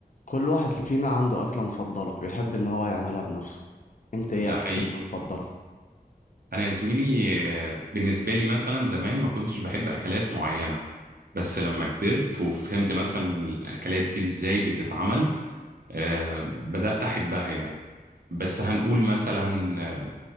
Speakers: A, on the left; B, on the right.
A: كل واحد فينا عنده أكلة مفضلة بيحب إن هو يعملها بنفسه أنت إيه
B: ده
A: أكلتك
B: حقيقي
A: المفضلة؟
B: انا يا زميلي آه، بالنسبه لي مثلا زمان ما كنتش بحب اكلات معينه بس لما كبرت وفهمت مثلا الاكلات دي ازاي بتتعمل آه، بدات احبها يعني بس هنقول مثلا آه،